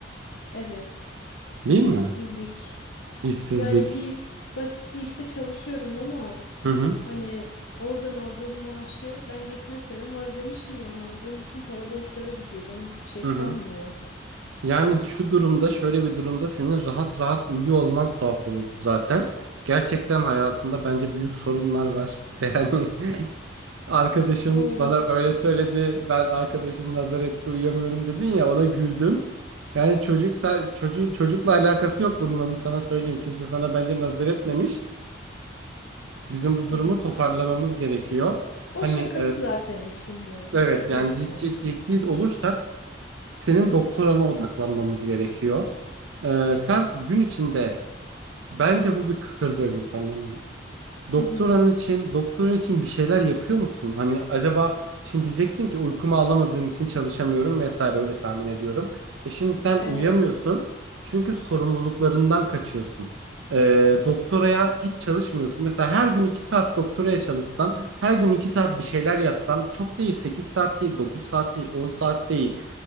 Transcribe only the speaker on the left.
Evet,
işsizlik.
Yani bir basit bir işte çalışıyorum ama
hani oradan aldığım maaşı ben geçen sene harcamışım yani aldığım bütün para borçlara gidiyor. Bana hiçbir şey
kalmıyor.
Doğru.
Evet.
O
şakası zaten işin ya. Ciddi
değilim
ben de.
Hı hı.
Evet.